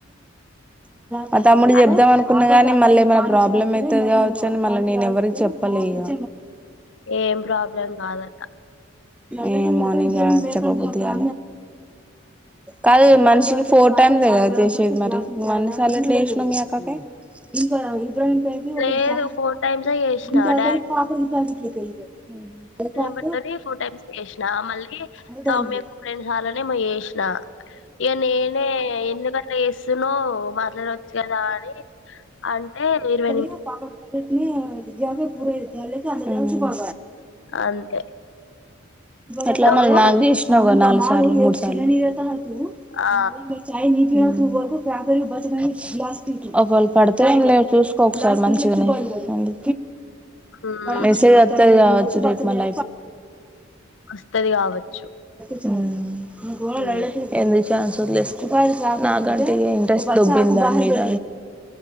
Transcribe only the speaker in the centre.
మా తమ్ముడు
చెప్దాం అనుకున్న గాని మళ్ళీమైనా ప్రాబ్లమ్ ప్రాబ్లమ్ అయితే కావచ్చుని మళ్ళీ నేను ఎవరికి చెప్పలే ఇగ
ఏ మార్నింగ్ బుద్ధగా కాదు మనిషికి ఫోటో చేసేది మరి నువ్వు అన్ని సార్లు ఎట్లా చేసినావు మీ అక్కకి ఇంకా ం ఒక
చా
ఇంకాక
పాప కా ఇట్క క
ఉహు
ప టబ్ట్జే పూ అ ప
అట్లా
మ
నాకు చేసినవ్ గా నాలుగు సార్లు మూడు సార్లు అ
అే మ చాయ ని పి త వకు క బచగాని ఒకవేళు పడితేం లే చూసుకోకసారి మంచిగానేందు
మెసేజ్ వస్తాది కావచ్చు రేప్ మల్ల
మ్మ్
ఏందో చాన్స్ వలేసుకో నాక్ అంటే ఇంట్రెస్ట్ దుబ్బింది దాని మీద